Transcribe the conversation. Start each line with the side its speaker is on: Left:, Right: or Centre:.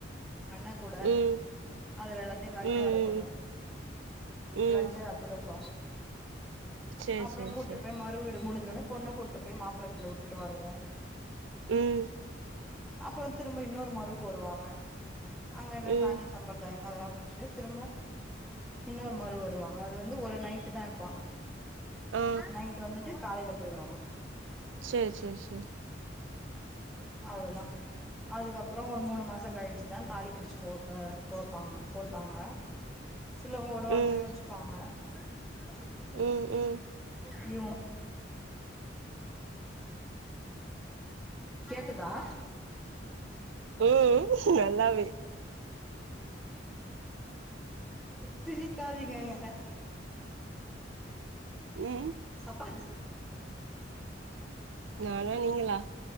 Centre: அண்ணா கூட
Right: ம்
Centre: அதுல எல்லாத்தையு லட்டு
Right: ம்
Centre: அடுக்கணு
Right: ம் ம்
Centre: லட்டு அதிரசோ
Right: சேரி
Centre: அப்புறோ
Right: சேரி
Centre: கூட்டு
Right: சேரி
Centre: போய் மறுவீடு டு முடுஞ்சொன்னே பொண்ண கூட்டு போய் மாப்புள்ள வீட்ல உட்டுட்டு வருவோ
Right: ம்
Centre: அப்புறோ திரும்ப இன்னொரு மறு க்கு வருவாங்க அங்க என்ன
Right: ம்
Centre: சாங்கியோ சம்பிரதாயம் அதல்லா முடுச்சுட்டு திரும்ப இன்னொரு மறு வருவாங்க அது வந்து ஒரு நைட்டுதா இருப் ப்பாங்க
Right: ஆ
Centre: நைட்டு வந்துட்டு காலைல போயிடுவாங்க
Right: சேரி சேரி சேரி
Centre: அவ்ளதா அதுக்கப்புறோ ஒரு மூணு மாசோ கழிச்சுதா தாலி பிரிச்சு கோக்க கோப்பாங்க கோத்தாங்க. சிலவங்க ஒரு வாரத்துலயு
Right: ம்
Centre: வச்சுப்பாங்க. ஆமா ஆ
Right: ம் ம்
Centre: நீயு உன கேக்குதா
Right: ம் நல்லாவே
Centre: சிரிக்காதீங்கங்க.
Right: ம்
Centre: சப்பா
Right: நானா நீங்களா